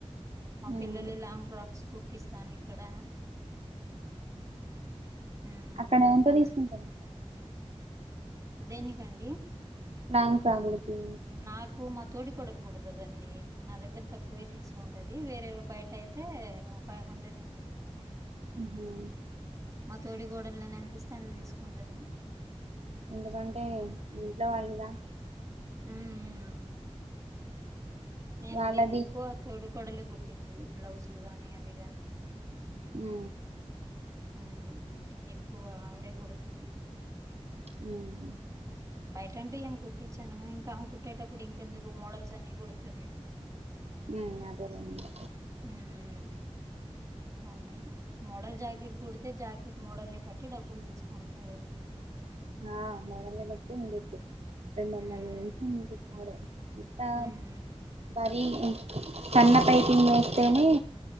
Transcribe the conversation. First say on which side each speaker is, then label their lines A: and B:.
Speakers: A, on the right; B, on the right.
A: మా
B: ఉమ్,
A: పిల్లలు లాంగ్ ఫ్రాక్స్ కు టిస్తాన్ ఇక్కడ హ్మ్.
B: అక్కడ ఎంత
A: అదే.
B: తీసుకుంటారు
A: దేనిక్ అండి
B: లాంగ్ ఫ్రాగ్లికి
A: నాకు మా తోడి కొడలు కుడతదండి నా దగ్గర తక్కువే తీసుకుంటది వేరే బయట అయితే ఫైవ్ హండ్రెడ్ అండి
B: ఉహు
A: మా తోడి కోడలు నేను ఎంత ఇస్తే అంత తీసుకుంటది
B: ఎందుకంటే ఇంట్లో వాళ్ళుద
A: ఉమ్ ఉ నేను
B: వాళ్ళది
A: దగ ఎక్కువ తోడి కొడలే కుట్టిద్ది బ్లౌజ్ లు గాని అవి గాని
B: ఉ
A: ఉ ఎక్కువ ఆవిడే కుడుతది
B: వువో
A: బయట అంటే ఏం కుట్టించాను ఇంకా కుట్టేటప్పుడు ఇంకెందుకు మోడల్స్ అన్ని కుడుతది.
B: ఉ అదేలేండి
A: ఉహు అదే మోడల్ జాకెట్ కుడితే జాకెట్ మోడల్ని బట్టి డబ్బులు తీసుకుంటారు.
B: ఆ మోడలని బట్టి ఉండుద్ది రెండు వందలు
A: మ్మ్
B: <unintelligible>
A: మ్మ్
B: మరి సన్న పైపింగ్ వేస్తేనే